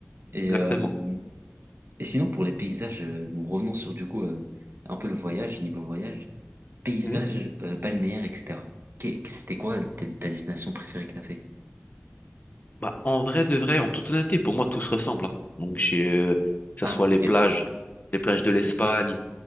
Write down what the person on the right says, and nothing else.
Et,
euh, et sinon, pour les paysages, euh, bon, revenons sur du coup euh, un peu le voyage, niveau voyage, paysages
euh, balnéaires, etc. Qu'est- C'était quoi ta ta destination préférée que t'as fait?
Ah,
ok.